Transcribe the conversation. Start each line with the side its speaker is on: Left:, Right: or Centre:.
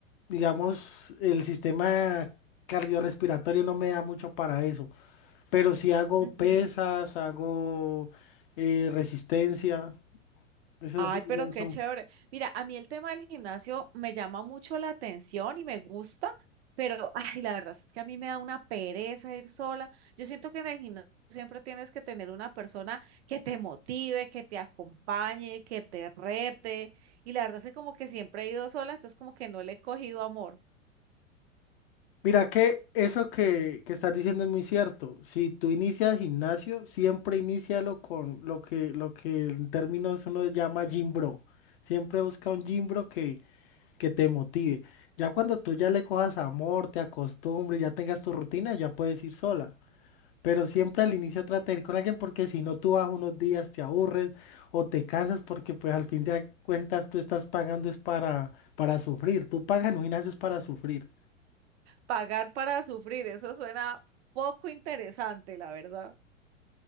Left: digamos, el sistema cardiorrespiratorio no me da mucho para eso, pero sí hago
Right: Ujú,
Left: pesas, hago eh, resistencia, eso
Right: Ay,
Left: sí,
Right: pero
Left: me gusta
Right: qué chévere. Mira, a mí el tema del gimnasio me llama mucho la atención y me gusta, pero ay, la verdad es que a mí me da una pereza ir sola. Yo siento que en el gimnasio siempre tienes que tener una persona que te motive, que te acompañe, que te rete. Y la verdad es que como que siempre he ido sola, entonces como que no le he cogido amor.
Left: Mira que eso que, que estás diciendo es muy cierto. Si tú inicias gimnasio, siempre inícialo con lo que, lo que en términos uno llama gym bro. Siempre busca un gym bro que, que te motive. Ya cuando tú ya le cojas amor, te acostumbres, ya tengas tu rutina, ya puedes ir sola. Pero siempre al inicio trata de ir con alguien porque si no tú vas unos días, te aburres o te cansas porque pues al fin de cuentas tú estás pagando es para, para sufrir. Tú pagas en un gimnasio es para sufrir.
Right: Pagar para sufrir, eso suena poco interesante, la verdad.